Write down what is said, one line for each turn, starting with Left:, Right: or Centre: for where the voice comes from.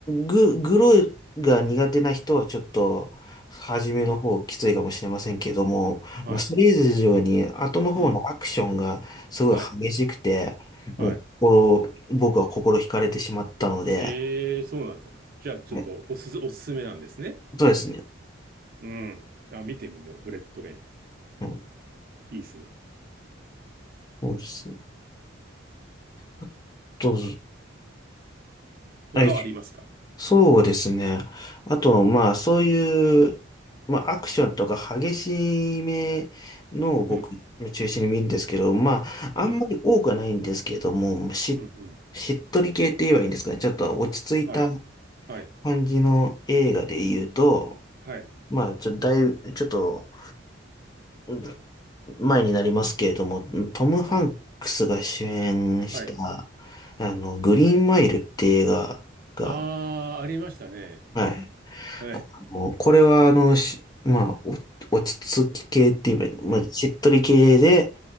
Left: グ、グロが苦手な人はちょっと、初めの方きついかもしれませんけども、
Right: うん。はい。
Left: まあそれ以上に、後の方のアクションがすごい激しくて、
Right: うん。はい。
Left: もう心、
Right: はい。
Left: 僕は心惹かれてしまったので、
Right: えー、そうなんですか。じゃあ、ちょっと、
Left: はい
Right: おすす、おすすめなんですね。
Left: そうですね。
Right: うん。あ、見てみよう。ブレッドレイン。
Left: うん
Right: いいですね。
Left: そうですね。あと、はい
Right: 他はありますか
Left: そうですね。あと、まあ、そういう、まあ、アクションとか激しめのを僕、
Right: うん。
Left: 中心に見るんですけど、まあ、あんまり多くはないんですけれども、
Right: うん。
Left: し、
Right: うん。うん。
Left: しっとり系って言えばいいんですかね。ちょっと落ち着いた
Right: はい。はい。
Left: 感じの映画で言うと、
Right: はい。
Left: まあ、ちょ、だいぶ、ちょっと、うん前になりますけれども、トム・ハンクスが主演した、
Right: はい。はい。
Left: あの、グリーンマイルって映画が、
Right: あー、ありましたね。
Left: はい。
Right: はい。
Left: もうこれは、あの、し、まあ、お落ち着き系って言えば、まあ、
Right: うん。
Left: しっとり系で、
Right: うん。